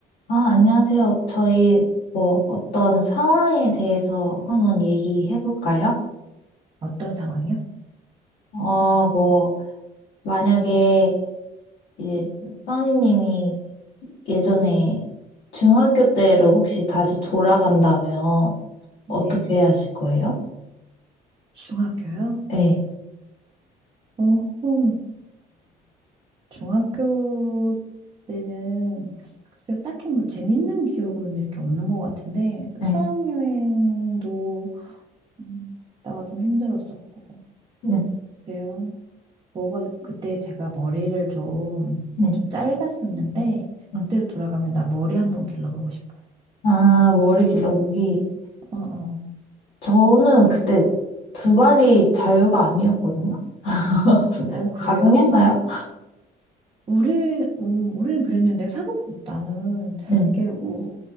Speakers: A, on the left; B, on the right.
A: 아, 안녕하세요. 저희 뭐 어떤 상황에 대해서 한번 얘기해 볼까요?
B: 어떤 상황이요?
A: 어, 뭐 만약에 이제 써니님이 예전에 중학교 때로 혹시 다시 돌아간다면 어떻게
B: 네.
A: 하실 거예요?
B: 중학교요?
A: 네,
B: 오호. 중학교 때는 글쎄요, 딱히 뭐 재밌는 기억은 이렇게 없는 것 같은데
A: 네,
B: 수학여행도 음, 갔다가 좀 힘들었었고
A: 네,
B: 그래요. 뭐가 그때 제가 머리를 좀
A: 네.
B: 좀 짧았었는데
A: 네.
B: 그때로 돌아가면 나 머리 한번 길러보고 싶어요.
A: 아, 머리 길러보기.
B: 어 어.
A: 저는 그때 두 발이 자유가 아니었거든요. <laughs>
B: 어 그래요?
A: 가능했나요?
B: 우리, 어, 우리는 그랬는데, 사복, 나는,
A: 네.
B: 이렇게, 우,